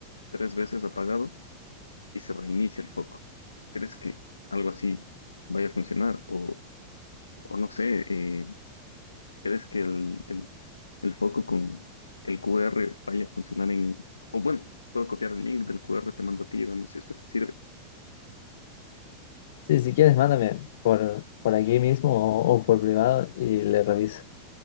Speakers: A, on the left; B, on the left.
A: tres veces apagado y se reinicia el foco. ¿Crees que algo así vaya a funcionar? O, o no sé, eh, ¿Crees que el, el, el foco con el QR vaya a funcionar en... O bueno, puedo copiar el link del QR, te mando a ti y vemos si es que te sirve.
B: Sí, si quieres, mándame por, por aquí mismo o, o por privado y le reviso.